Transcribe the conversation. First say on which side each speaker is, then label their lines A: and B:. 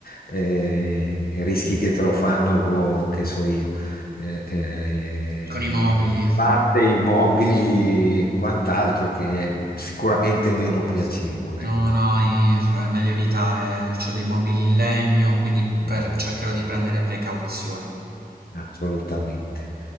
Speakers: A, on the left (about 70°); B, on the right (about 75°).
A: eh, i rischi che te lo fanno con, che so io, eh, eh,
B: Con i mobili.
A: batte, i mobili e quant'altro che è sicuramente meno piacevole,
B: No,
A: ecco.
B: no, i è meglio evitare. C'ho dei mobili in legno, quindi per
A: Mm,
B: cercherò di prendere precauzioni.
A: Assolutamente.